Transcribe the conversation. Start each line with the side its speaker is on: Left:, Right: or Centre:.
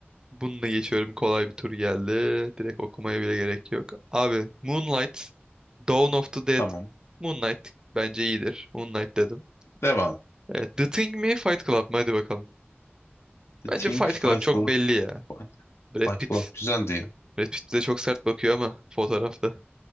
Right: bununla geçiyorum. Kolay bir tur geldi. Direkt okumaya bile gerek yok. Abi Moonlight, Dawn of the Dead.
Left: Tamam.
Right: Moonlight bence iyidir. Moonlight dedim.
Left: Devam.
Right: Evet, The Thing mi Fight Club mı? Hadi bakalım.
Left: The
Right: Bence
Left: Think
Right: Fight
Left: Fight
Right: Club çok
Left: Club.
Right: belli ya.
Left: Fight
Right: Brad
Left: Fight
Right: Pitt.
Left: Club güzeldi ya.
Right: Brad Pitt bize çok sert bakıyor ama fotoğrafta.